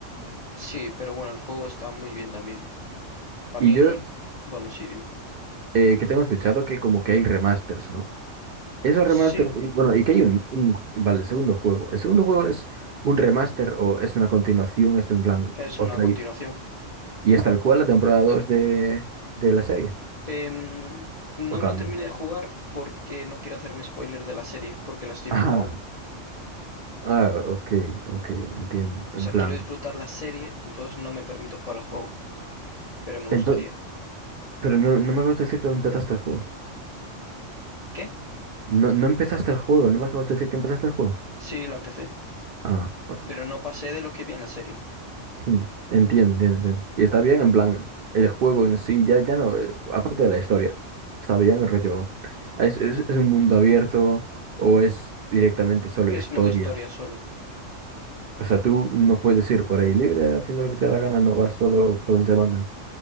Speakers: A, on the left; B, on the right.
A: Sí, pero bueno, el juego está muy bien también. También,
B: Y yo,
A: bueno, sí, dime.
B: eh, que tengo escuchado que como que hay remasters, ¿no? Esos
A: Sí,
B: remasters, y bueno, y que hay un, un, vale, el segundo juego. El segundo juego es un remaster o es una continuación, es en plan
A: es
B: otra.
A: una continuación.
B: Y es tal cual la temporada 2 de, de la serie.
A: Em, no
B: ¿O
A: me
B: cambia?
A: lo terminé de jugar porque no quiero hacerme spoiler de la serie, porque la estoy
B: <laughs>
A: viendo aún.
B: Ah, ah, ok, ok, entiendo.
A: O
B: En
A: sea,
B: plan.
A: quiero disfrutar la serie, entonces no me permito jugar al juego, pero me
B: ento-
A: gustaría.
B: pero no, no me acabas de decir que empezaste el juego.
A: ¿Qué?
B: No, no empezaste el juego, no me acabas de decir que empezaste el juego.
A: Sí, lo empecé,
B: Ah, ok.
A: pero no pasé de lo que vi en la serie.
B: Hmm, Entiendo, entiendo, entiendo. Y está bien, en plan, el juego en sí, ya, ya no, eh, aparte de la historia. Está bien, el rollo. ¿Es, es, es un mundo abierto o es directamente solo
A: Es
B: historia?
A: modo historia solo.
B: O sea, tú no puedes ir por ahí libre haciendo lo que te da la gana, no vas solo por donde te mandan.